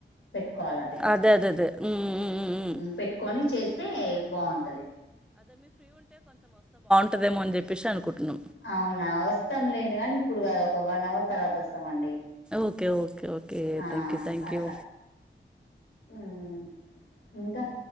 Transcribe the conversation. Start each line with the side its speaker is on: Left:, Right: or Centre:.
Left: పెట్టుకోవాలండి పక్కన
Centre: అదే అదే అదే ఉమ్ ఉమ్ ఉమ్ ఉమ్
Left: పెట్టుకొని చేస్తే బాగుంటది
Centre: టదేమో అన్ చెప్పసి అనుకుంటన్నాం
Left: అవునా వస్తాం లేం కానీ ఇప్పుడు కాదు ఒక వన్ అవర్ తర్వాత వస్తామండి
Centre: ఓకేఓకే ఒక్ ఓకే
Left: ఆ
Centre: థ్యాంక్ యూ థ్యాంక్
Left: అట్లా
Centre: యూ
Left: ఉమ్ ఇంకా